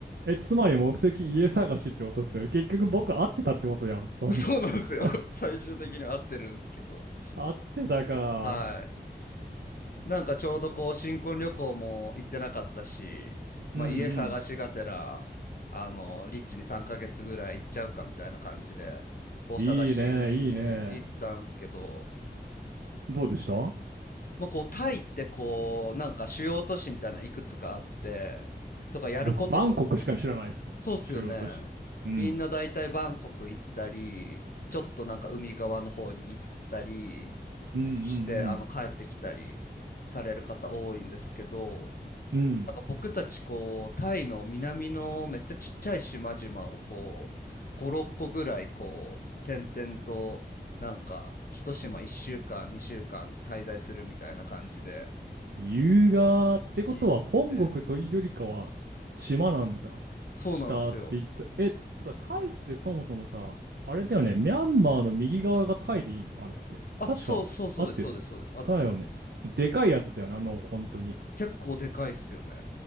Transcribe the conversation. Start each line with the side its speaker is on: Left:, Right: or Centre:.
Right: え、つまり目的家探しってことですよね。結局僕会ってたってことやん。そうです
Left: そうなんですよ。
Right: <laughs>
Left: <laughs> 最終的には合ってるんですけど。
Right: 会ってたか。
Left: はい。なんかちょうどこう新婚旅行も行ってなかったし、まあ、
Right: うんうん。
Left: 家探しがてらあのリッチに3ヶ月ぐらい行っちゃうかみたいな感じでこう探しに行ったんですけど、
Right: いいね、いいね。どうでした
Left: まあ、こうタイってこうなんか主要都市みたいないくつかあってとかやることとか
Right: 僕、バンコクしか知らないですよ。
Left: そうっすよねみんな大体バンコク行ったりちょっとなんか海側の方に行ったりしてあの帰ってきたりされる方多いんですけど。
Right: 主要都市。うん。うんうんうん。うん。
Left: なんか僕たちこうタイの南のめっちゃちっちゃい島々をこう5、6個ぐらいこう点々となんか一島1週間2週間滞在するみたいな感じで
Right: 優雅ってことは本国というよりかは島なんだ。
Left: 行ってそうなんですよ
Right: 下って言ってた。え、とかタイってそもそもさ、あれだよね。ミャンマーの右側がタイでいいのあれって。
Left: あそうそうそうですそうですそうです合ってます
Right: 確か合ってる。だよね。でかいやつだよね。あの、本当に。
Left: 結構でかいっすよね